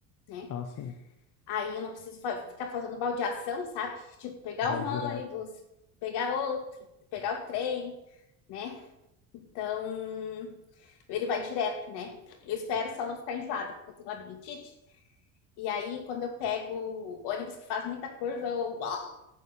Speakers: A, on the left (about 75°); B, on the left (about 50°).
A: né?
B: Ah, sim,
A: Aí eu não preciso fa- ficar fazendo baldeação, sabe? Tipo, pegar
B: vai
A: um
B: direto.
A: ônibus, pegar outro, pegar o trem, né? Então, ele vai direto, né? Eu espero só não ficar enjoada, porque eu tenho labirintite. E aí, quando eu pego o ônibus que faz muita curva, eu uau,